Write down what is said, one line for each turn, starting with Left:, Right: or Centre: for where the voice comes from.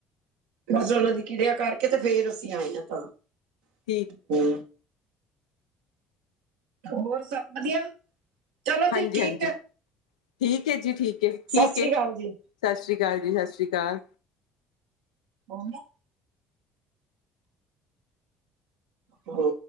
Right: ਬਸ ਉਹਨਾਂ ਦੀ ਕਿਰਿਆ ਕਰਕੇ ਤੇ ਫੇਰ ਅਸੀਂ ਆਏ ਆ ਘਰ।
Left: ਕੀ
Right: ਹੂੰ ਹੋਰ ਸਭ ਵਧੀਆ। ਚਲੋ ਜੀ
Left: ਹਾਂਜੀ
Right: ਠੀਕ
Left: ਹਾਂਜੀ
Right: ਹੈ
Left: ਠੀਕ ਹੈ ਜੀ, ਠੀਕ ਹੈ ਠੀਕ
Right: ਸਤਿ ਸ੍ਰੀ
Left: ਹੈ।
Right: ਅਕਾਲ
Left: ਸਤਿ
Right: ਜੀ
Left: ਸ਼੍ਰੀ ਅਕਾਲ ਜੀ, ਸਤਿ ਸ਼੍ਰੀ ਅਕਾਲ।
Right: ਹੋਗਿਆ। ਹੂੰ